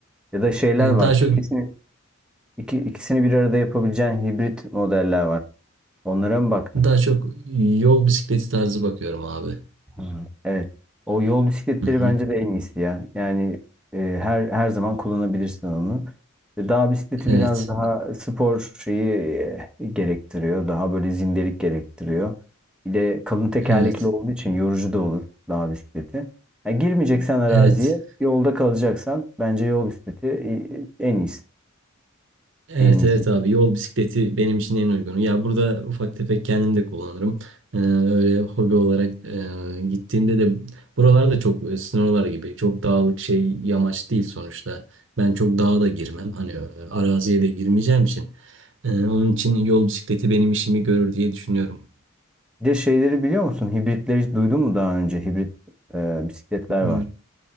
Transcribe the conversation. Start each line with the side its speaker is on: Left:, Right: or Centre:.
Centre: Ya da şeyler
Right: E,
Centre: var.
Right: daha çok
Centre: İkisini, iki, ikisini bir arada yapabileceğin hibrit modeller var. Onlara mı baktın?
Right: daha çok yol bisikleti tarzı bakıyorum abi.
Centre: Hı. Evet. O yol bisikletleri
Right: Hı hı.
Centre: bence de en iyisi ya. Yani e, her her zaman kullanabilirsin onu. İşte Dağ bisikleti
Right: Evet.
Centre: biraz daha spor şeyi e, gerektiriyor. Daha böyle zindelik gerektiriyor. Bir de kalın tekerlekli
Right: Evet.
Centre: olduğu için yorucu da olur dağ bisikleti. Ha, girmeyeceksen araziye,
Right: Evet.
Centre: yolda kalacaksan bence yol bisikleti e, en iyisi.
Right: Evet
Centre: En iyisi.
Right: evet abi yol bisikleti benim için en uygunu. Ya burada ufak tefek kendim de kullanırım. Ee, öyle hobi olarak e, gittiğimde de buralarda çok böyle sınırlar gibi çok dağlık şey yamaç değil sonuçta. Ben çok dağa da girmem hani e, araziye de girmeyeceğim için. Ee, onun için yol bisikleti benim işimi görür diye düşünüyorum.
Centre: Bir de şeyleri biliyor musun? Hibritleri hiç duydun mu daha önce? Hibrit e, bisikletler var.
Right: Y-